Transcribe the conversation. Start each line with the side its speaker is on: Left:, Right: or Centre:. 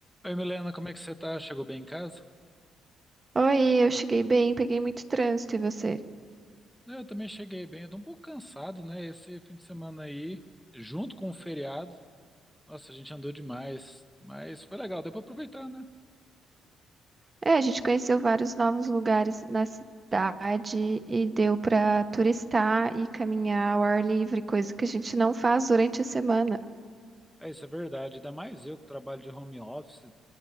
Centre: Oi, Milena, como é que você tá? Chegou bem em casa?
Right: Oi, eu cheguei bem, peguei muito trânsito e você?
Centre: Eu também cheguei bem. Eu tô um pouco cansado, né? Esse fim de semana aí, junto com o feriado. Nossa, a gente andou demais, mas foi legal, deu pra aproveitar, né?
Right: É, a gente conheceu vários novos lugares na cidade e deu pra turistar e caminhar ao ar livre, coisa que a gente não faz durante a semana.
Centre: É, isso é verdade. Ainda mais eu que trabalho de home office.